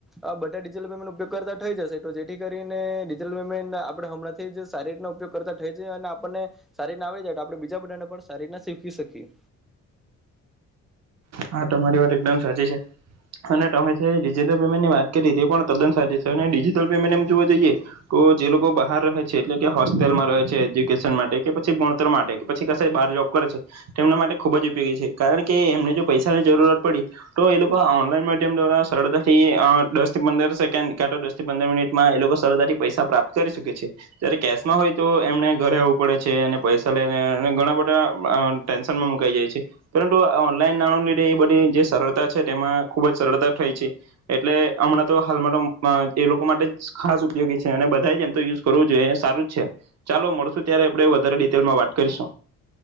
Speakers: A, in the centre; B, on the right (about 60°).
A: આ બધા ડિજિટલ પેમેન્ટ ઉપયોગ કરતા થઈ જશે તો જેથી કરીને ડિજિટલ પેમેન્ટ આપણે હમણાંથી જ સારી રીતના ઉપયોગ કરતા થઈ જાય અને આપણને સારી રીતના આવી જાય આપણે બીજા બધાને પણ સારી રીતના શીખી શકીએ
B: હા તમારી વાત એકદમ સાચી છે અને તમે ડિજિટલ પેમેન્ટની વાત કરી તે પણ તદ્દન સાચી છે અને ડિજિટલ પેમેન્ટ એમ જોવા જઈએ તો જે લોકો બહાર રહે છે એટલે કે હોસ્ટેલમાં રહે છે એજ્યુકેશન માટે કે પછી ભણતર માટે પછી ક બહાર જોબ કરે છે તેમના માટે ખુબ જ ઉપયોગી છે કારણ કે એમને જો પૈસાની જરૂરત પડી તો એ લોકો ઓનલાઈન માધ્યમ દ્વારા સરળતાથી દસ થી પંદર સેકન્ડ કાં દસ થી પંદર મિનિટમાં એ લોકો સરળતાથી પૈસા પ્રાપ્ત કરી શકે છે જ્યારે કેશમાં હોય તો એમને ઘરે આવવું પડે છે અને પૈસા લઈને ઘણા બધા ટેન્શનમાં મુકાઈ જાય છે પરંતુ ઓનલાઈન ના લીધે એ બધી જે સરળતા છે તેમાં ખુબ જ સરળતા થાય છે એટલે હમણાં તો હાલમાં એ લોકો માટે જ ખાસ ઉપયોગી છે અને બધા જ એમ તો યુઝ કરવું જોઈએ એ સારું જ છે ચાલો મળશું ત્યારે આપણે વધારે ડિટેલમાં વાત કરીશું